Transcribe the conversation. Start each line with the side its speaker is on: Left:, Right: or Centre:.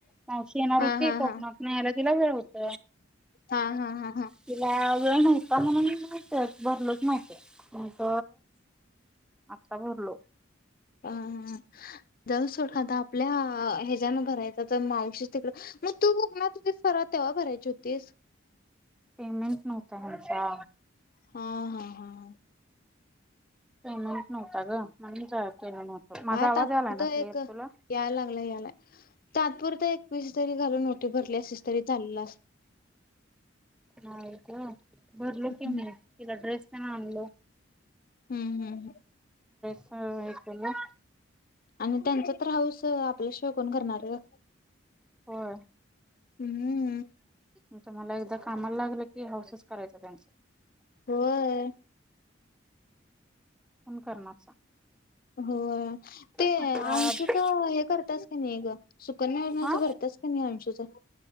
Centre: मावशी येणार होती
Left: हा
Centre: कोकणातन
Left: हा.
Centre: यायला. तीला वेळ होत.
Left: हा हा हा हा.
Centre: तिला वेळ नव्हता म्हणून मी ते भरलोच नव्हतो. मग आता भरलो.
Left: अं जाऊदे सोड आता आपल्या हेज्यान भरायच तर मावशी तिकड, मग तू कोकणात हुतीस परवा तेव्हा भरायची हुतीस.
Centre: पेमेंट नव्हता हेंच्या.
Left: हा हा हा ह.
Centre: पेमेंट. नव्हता ग म्हणून केलं नव्हतं माझा
Left: काय
Centre: आवाज
Left: तात्पुरत
Centre: आलाय ना
Left: एक,
Centre: क्लिअर तुला
Left: याय लागलंय यालाय. तात्पुरत एक पीस तरी घालून ओटी भरली असतीस तरी चाललं असत.
Centre: हा का भरलो, की
Left: हम्म
Centre: मी तिला ड्रेस. तेन आनलो.
Left: हम्म हम्म हम्.
Centre: हा व्हय केलो.
Left: आणि त्यांच तर हौस, आपल्या शिवाय कोण, करणार ग.
Centre: होय.
Left: हम्म.
Centre: आता मला एकदा कामाला लागलं की, हौसच करायच त्यांच.
Left: होय
Centre: फोन करणार
Left: होय. ते
Centre: सांग.
Left: अंशूच हे करत्यास काय नाही ग, सुकन्या योजनाच
Centre: हा
Left: भरत्यास काय नाही अंशूच?